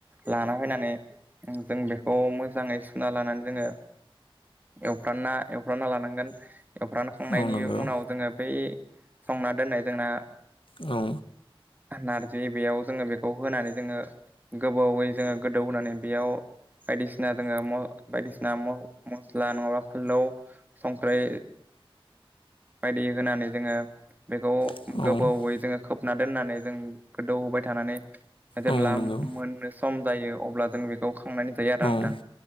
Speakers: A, on the right; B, on the left.
A: लाना फैनानै जों बेखौ मोजाङै सुना लानानै जोङो एवफ्रानना एवफ्रानना लानांगोन एवफ्रानखांनायनि
B: औ नंगौ
A: उनाव जोङो बै संना दोननाय जोंना
B: औ
A: नारजि बेयाव जोङो बेखौ होनानै जोङो गोबावै जोङो गोदौ होनानै बेयाव बायदिसिना जोङो बायदिसिना ना मस्ला नङाबा फानलौ संख्रि बायदि होनानै जोङो बेखौ
B: औ
A: गोबावै जोङो खोबना दोननानै जों गोदौहाय थानानै जेब्ला
B: औ नंगौ
A: मोननो सम जायो अब्ला जों बेखौ खांनानै जायो आरो नोंथां
B: औ